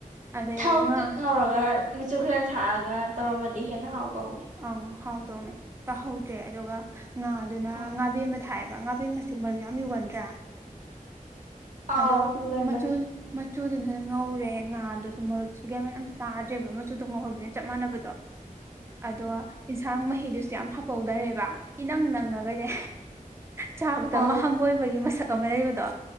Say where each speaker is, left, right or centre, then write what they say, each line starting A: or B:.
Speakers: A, on the right; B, on the right.
A: ꯑꯗꯩ
B: ꯇꯧ
A: ꯉꯥ
B: ꯇꯤꯠ ꯉꯧꯔꯒ ꯃꯆꯨ ꯈꯔ ꯊꯥꯛꯑꯒ ꯇꯧꯔꯝꯃꯗꯤ ꯍꯦꯟꯅ ꯍꯥꯎꯗꯧꯅꯤ
A: ꯑꯪ ꯍꯥꯎꯗꯧꯅꯦ ꯇꯍꯧꯗꯦ ꯑꯗꯨꯒ ꯉꯥꯗꯨꯅ
B: ꯎꯝ
A: ꯉꯥꯕꯦꯝꯃ ꯊꯥꯏꯑꯕ ꯉꯥꯕꯦꯝ ꯃꯁ ꯃꯔꯨ ꯌꯥꯝ ꯌꯨꯒꯟꯗ꯭ꯔꯥ
B: ꯑꯥꯎ
A: ꯑꯗꯣ
B: ꯌꯨꯒꯟꯕꯅꯤ
A: ꯃꯆꯨ ꯃꯆꯨꯗꯨꯅ ꯉꯧꯔꯦ ꯉꯥꯗꯨꯁꯨ ꯃꯔꯨꯠꯁꯨꯒꯦ ꯃ ꯑꯝꯇ ꯇꯥꯗ꯭ꯔꯦꯕ ꯃꯆꯨꯗꯣ ꯉꯧꯔꯕꯅꯤꯅ ꯆꯞ ꯃꯥꯟꯅꯕꯗꯣ
B: ꯎ
A: ꯑꯗꯣ ꯌꯦꯟꯁꯥꯡ ꯃꯍꯤꯗꯨꯁꯨ ꯌꯥꯝ ꯍꯥꯞꯄꯧꯗꯔꯦꯕ ꯏꯅꯪ ꯅꯪ ꯀꯅꯦ ꯆꯥꯕꯗ
B: ꯑꯪ
A: ꯑꯃ ꯍꯪꯒꯣꯏꯕꯒꯤ ꯃꯁꯛ ꯑꯃ ꯂꯩꯕꯗꯣ